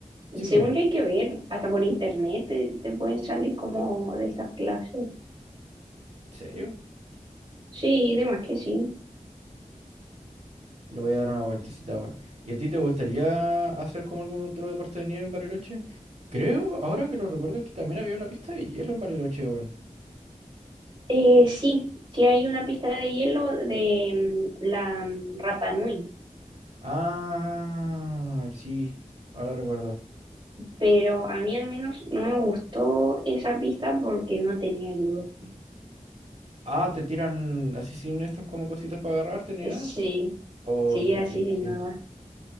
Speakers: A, on the right; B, on the right.
A: Sí,
B: según
A: pum.
B: yo hay que ver, hasta por internet te, te pueden salir como de estas clases.
A: ¿En serio?
B: Sí, de más que sí.
A: Le voy a dar una vueltecita, weón. ¿Y a ti te gustaría hacer como algún otro deporte de nieve en Bariloche? Creo, ahora que lo recuerdo, que también había una pista de hielo en Bariloche, weón.
B: Eh, sí, sí hay una pista de hielo de mm, la mm, Rapa Nui,
A: Ah, sí, ahora recuerdo.
B: pero a mí al menos no me gustó esa pista porque no tenía ayuda.
A: Ah, te tiran así sin estos como cositos para agarrarte ni nada.
B: Sí,
A: así? Oh,
B: sí,
A: difícil.
B: así sin nada.